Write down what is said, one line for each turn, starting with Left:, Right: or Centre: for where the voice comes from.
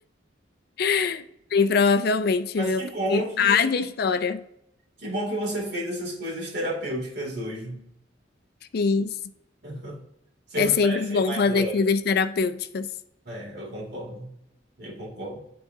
Left: <laughs> Bem, provavelmente,
Right: Mas
Left: viu?
Right: que
Left: Porque
Right: bom que,
Left: haja história.
Right: que bom que você fez essas coisas terapêuticas hoje.
Left: Fiz.
Right: <laughs> Você
Left: É
Right: me
Left: sempre
Right: parece
Left: bom
Right: mais
Left: fazer
Right: leve.
Left: coisas terapêuticas.
Right: É, eu concordo. Eu concordo.